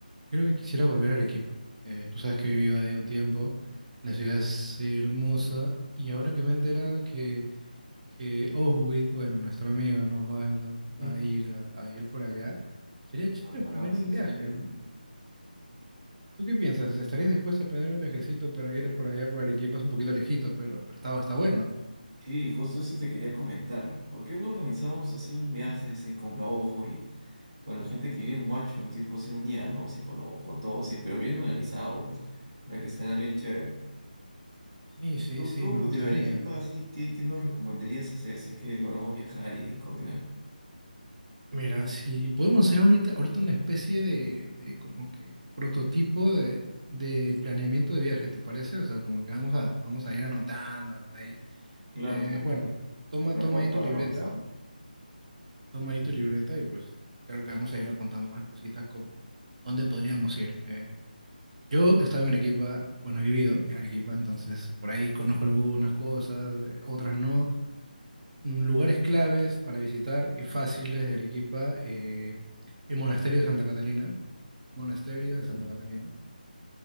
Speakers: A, on the right; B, on the right.
A: creo que quisiera volver a Arequipa. Eh, tú sabes que he vivido ahí un tiempo, la ciudad es hermosa y ahora que me he enterado que, que Oswit, bueno, nuestro amigo, ¿no? Osvaldo,
B: ¿Mm?
A: va a ir a, a ir por allá, sería chévere
B: ¿Verdad?
A: planear
B: Sí,
A: un viaje,
B: sí me dijo.
A: ¿no? ¿Tú qué piensas? ¿Estarías dispuesto a planear un viajecito para ir por allá por Arequipa? Es un poquito lejitos, pero, pero está, está bueno.
B: Sí, justo eso te quería comentar. ¿Por qué no organizamos así un viaje así con ojo y con la gente que vive en Huacho, tipo así un día, ¿no? Así con ojo, todo así, pero bien organizado, pues, para que sea bien chévere.
A: Sí, sí,
B: Tú,
A: sí,
B: tú
A: me gustaría.
B: de Arequipa, así, ¿qué, qué nos recomendarías hacer si es que logramos viajar y coordinar?
A: Mira, si podemos hacer ahorita, ahorita una especie de, de como que prototipo de, de planeamiento de viaje, ¿te parece? O sea, como que vamos a, vamos a ir anotando ahí.
B: Claro,
A: Eh,
B: me-
A: bueno, toma,
B: mejor
A: toma ahí tu
B: para
A: libreta,
B: organizar
A: toma ahí tu libreta y pues creo que vamos a ir apuntando algunas cositas como dónde podríamos ir. Eh, yo he estado en Arequipa, bueno, he vivido en Arequipa, entonces por ahí conozco algunas cosas, eh, otras no. Mm, Lugares claves para visitar y fáciles de Arequipa, eh, el monasterio de Santa Catalina. Monasterio de Santa Catalina.